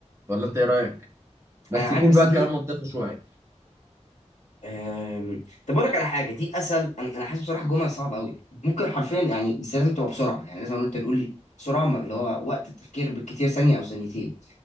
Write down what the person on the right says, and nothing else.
ولا انت ايه رايك بس
يكون
بقى الكلام
منطقي شويه